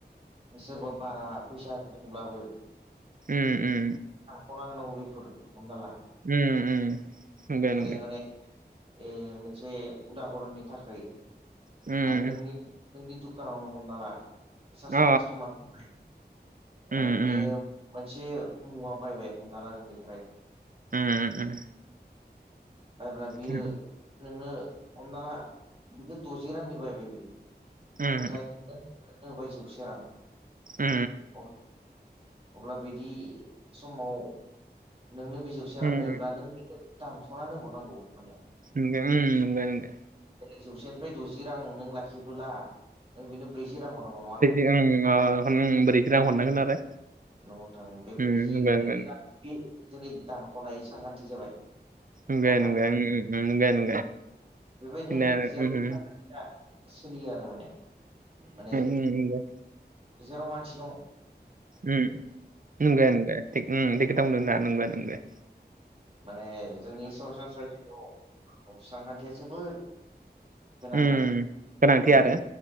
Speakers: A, on the right; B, on the right.
A: सोरबा बारा फैसा होदोंब्लाबो
B: उम उम
A: खना होनांगौ बेफोर हमना ला
B: उम उम नोंगो
A: जेरै
B: नोंगो
A: माने ए मोनसे उदाहरननि थाखाय
B: उम उम,
A: नोंनि नोंनि दुखानावनो हमना ला सासे
B: अ
A: कास्ट'मार <unintelligible>
B: उम
A: बे
B: उम
A: मोनसे मुवा बायबाय हमना ला नोंनिफ्राय
B: उम उम
A: बायब्ला बियो
B: उम
A: नोंनो हमना ला बिखो द'जि रांनि बायबाय बियो
B: उम
A: नाथाय <unintelligible> होबाय जौसेे रां
B: उम
A: अब्ला अब्ला बिदि समाव नोंनो बि जौ से
B: उम
A: रां होयोब्ला नों बेखौ दानख'नानै हरनांगौ माने
B: नोंगो उम नोंगो नोंगो
A: जौसेनिफ्राय द'जि रां नों लाखिबोला नों बेनो ब्रैजि रां हरनांगौ नङा ना
B: <unintelligible> ब्रैजि रां हरनांगोन आरो
A: नंगौ नोंथां बे
B: उम
A: ब्रैजि
B: नंगौ
A: ब्रैजि
B: नंगौ
A: रां बि जोंनि दानख'नाय सानखान्थि जाबाय
B: नोंगो
A: नङा होमबा
B: नोंगो उम नोंगो नोंगो
A: बेबायदिनो
B: बेनो आरो
A: जेरावबो
B: उम
A: <unintelligible> सोलियो आरो माने माने
B: उम उम दे
A: जेराव मानसि दङ
B: उम नंगो नंगो थिग उम थिग खोथा बुंदो नोंथाङा नंगो नंगो।
A: माने जोंनि सरासनस्राय जिवाव सानखान्थिया जोबोर गोनां
B: उम
A: आरो
B: गोनांथि
A: नङा होमबा?
B: आरो